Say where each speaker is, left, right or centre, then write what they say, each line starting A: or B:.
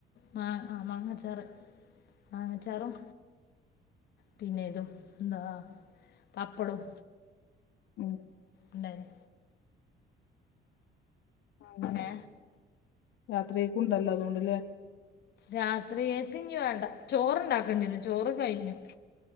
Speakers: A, on the left (about 60°); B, on the left (about 75°).
A: മാങ്ങച്ചാറും ആ ആഹ് മാങ്ങച്ചാറ് മാങ്ങച്ചാറും. പിന്നെതും ഇതും എന്താ പപ്പടോം
B: ഉം.
A: ഇണ്ടായിരു.
B: അങ്ങനെ
A: ഏ
B: രത്രിയ്ക്കുണ്ടല്ലോ അതോണ്ട്ല്ലേ?
A: രാത്രിയേക്ക്ഞ്ഞി വേണ്ട ചോർണ്ടാക്കണ്ടി വരും. ചോറ് കയ്ഞ്ഞു